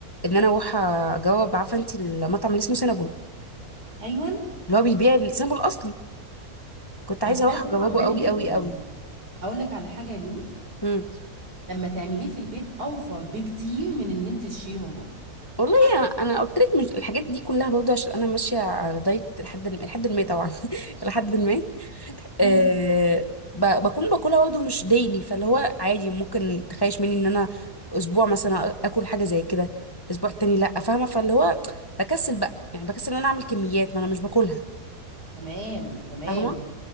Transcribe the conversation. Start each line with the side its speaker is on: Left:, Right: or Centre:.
Left: ان انا اروح اجرب عارفه انت المطعم اللي اسمه سينابون
Right: ايوه
Left: اللي هو بيبيع السينابون الاصلي كنت عايزه
Right: عارفاه
Left: اروح
Right: طبعا
Left: اجربه
Right: غالي
Left: قوي
Right: جدا
Left: قوي قوي
Right: اقول لك على حاجه يا لولو
Left: امم
Right: لما تعمليه في البيت اوفر بكتير من ان انت تشتريه من بره
Left: والله يا- انا قلت لك مش الحاجات دي كلها برضه عشان انا ماشيه على دايت لحد لحد ما طبعا <laughs> لحد ما أه
Right: مم.
Left: ب- بكون باكلها برضه مش ديلي فاللي هو عادي ممكن تخيش مني ان انا اسبوع مثلا اكل حاجه زي كده اسبوع تاني لا فاهمه فاللي هو بكسل بقى يعني بكسل ان انا اعمل كميات ما انا مش باكلها
Right: تمام تمام
Left: فاهمه